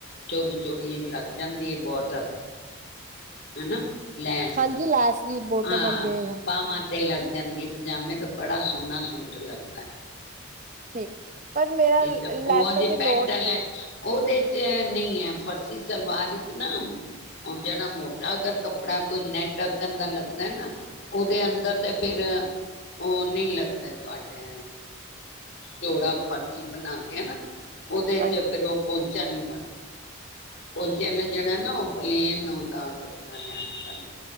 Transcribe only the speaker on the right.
ਹਾਂਜੀ ਲੈਸ ਦੀ ਬੋਟਮ
ਅੱਗੇ ਆ।
ਠੀਕ ਪਰ ਮੇਰਾ
ਲੈਸਾਂ
ਲੋੜ
ਨਹੀਂ
ਹਾਂਜੀ।